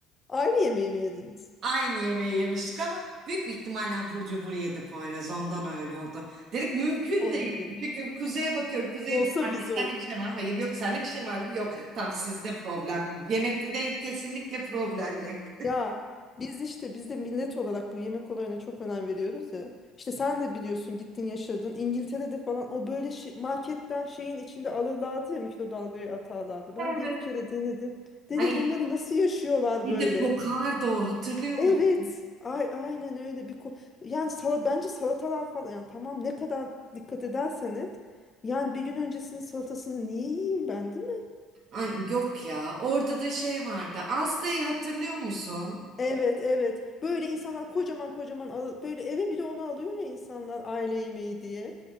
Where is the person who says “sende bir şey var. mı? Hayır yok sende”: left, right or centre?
Right